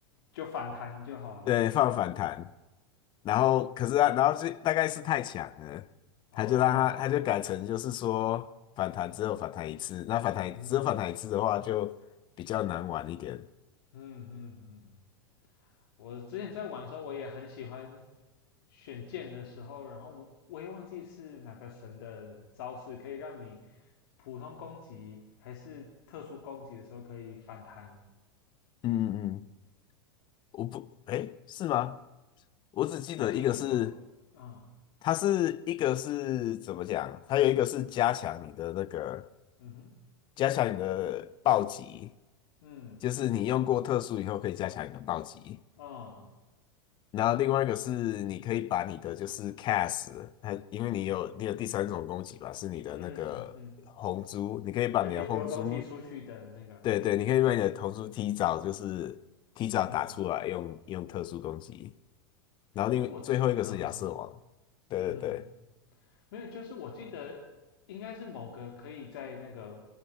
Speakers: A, on the left; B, on the left.
A: 就反弹就好了，
B: 对，放反弹，然后可是他，然后就大概是太强了，
A: 哦，
B: 他就让他他就改成就是说反弹只有反弹一次，那反弹只有反弹一次的话就比较难玩一点。
A: 嗯嗯嗯嗯，我之前在玩的时候我也很喜欢。选剑的时候，然后我我也忘记是哪个神的招式可以让你普通攻击还是特殊攻击的时候可以反弹。
B: 嗯嗯嗯，我不，哎，是吗？我只记得一个是，
A: 我记得有，嗯
B: 它是一个是怎么讲？它有一个是加强你的那个。
A: 嗯哼，
B: 加强你的暴击，
A: 嗯
B: 就是你用过特殊以后可以加强你的暴击。
A: 嗯
B: 然后另外一个是你可以把你的就是 cast，它因为你有你有第三种攻击吧，是你的那个红珠，
A: 嗯哼嗯嗯，
B: 你可以把你的红珠，
A: 就可以丢东西出去的那个，
B: 对对，你可以把你的红珠提早就是提早打出来用用特殊攻击。
A: 嗯，
B: 然后另外最后一个是亚瑟王，
A: 诶，我记，啊哈，
B: 对对对，
A: 嗯哼哼，没有，就是我记得应该是某个可以在那个